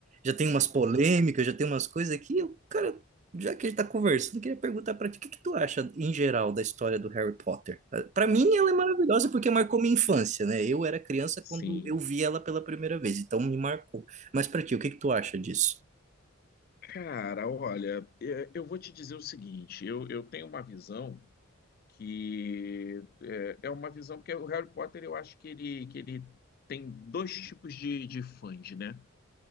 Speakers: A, on the right; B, on the left.
A: já tem umas polêmicas, já tem umas coisas aqui o cara, já que a gente tá conversando, eu queria perguntar pra ti, o que que tu acha em geral da história do Harry Potter? Ah, Pra mim ela é maravilhosa porque marcou minha infância, né? Eu era criança
B: Sim.
A: quando eu vi ela pela primeira vez, então me marcou. Mas pra ti, o que que tu acha disso?
B: Cara, olha, é, eu vou te dizer o seguinte: eu, eu tenho uma visão que é, é uma visão, porque o Harry Potter eu acho que ele, que ele tem dois tipos de, de fãs, né?